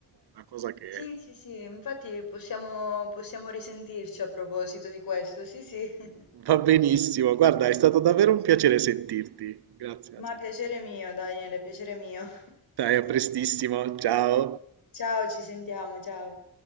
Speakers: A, on the right; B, on the left.
A: una cosa che
B: Sì, sì, sì, infatti possiamo, possiamo risentirci a proposito di questo, sì, sì. <laughs>
A: Va benissimo, guarda, è stato davvero un piacere sentirti. Grazie.
B: Ma piacere mio, Daniele, piacere mio.
A: Dai, a prestissimo, ciao.
B: Ciao, ci sentiamo, ciao.